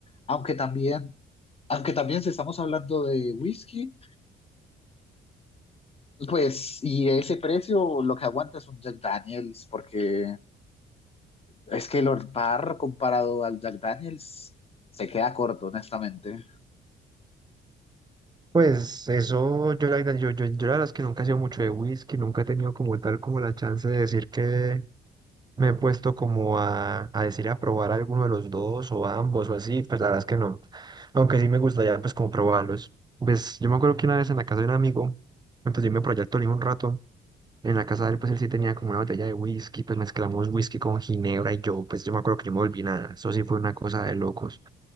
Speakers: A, on the left; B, on the right.
A: Aunque también, aunque también si estamos hablando de whisky, pues, y ese precio, lo que aguanta es un Jack Daniels, porque es que el Old Parr comparado al Jack Daniels se queda corto, honestamente.
B: Pues eso, yo la, verdad- yo, yo, yo la verdad es que nunca he sido mucho de whisky, nunca he tenido como tal como la chance de decir que me he puesto como a, a decir a probar alguno de los dos o ambos o así, pues la verdad es que no. Aunque sí me gustaría pues como probarlos. Pues yo me acuerdo que una vez en la casa de un amigo, entonces yo me proyecto Tolima un rato. En la casa de él, pues él sí tenía como una botella de whisky, pues mezclamos whisky con ginebra y yo, pues yo me acuerdo que yo me volví nada. Eso sí fue una cosa de locos.